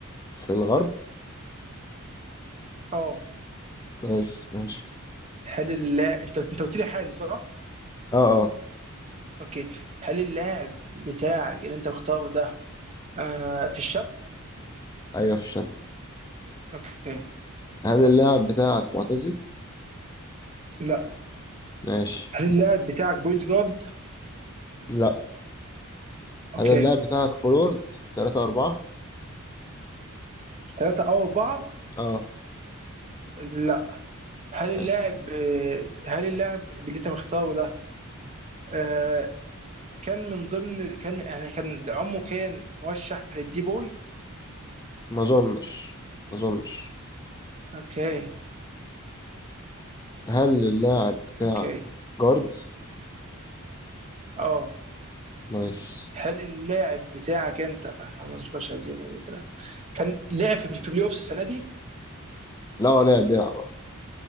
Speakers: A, on the left (about 15°); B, on the right (about 30°).
A: في الغرب
B: اه
A: نايس ماشي
B: هل اللاعب انت انت قلت لي حالي صح؟
A: اه اه
B: اوكي هل اللاعب بتاعك اللي انت مختاره ده آه في الشرق؟
A: ايوه في الشرق
B: اوكي
A: هل اللاعب بتاعك معتزل
B: لا
A: ماشي
B: هل اللاعب بتاعك بوينت جارد؟
A: لا
B: اوكي
A: هل اللاعب بتاعك فورورد ثلاثة أربعة
B: ثلاثة او اربعة؟
A: اه
B: لا هل اللاعب
A: ماشي
B: آه، هل اللاعب اللي انت مختاره ده آه كان من ضمن كان يعني كان عمه كان مرشح للدي بوي
A: ما اظنش ما اظنش
B: اوكي
A: هل اللاعب بتاعك
B: اوكي
A: جارد
B: اه
A: نايس
B: هل اللاعب بتاعك انت انا مش مرشح للدي بوي كده كان لعب في في بلاي اوفس السنه دي
A: لا هو لاعب بيلعب اه.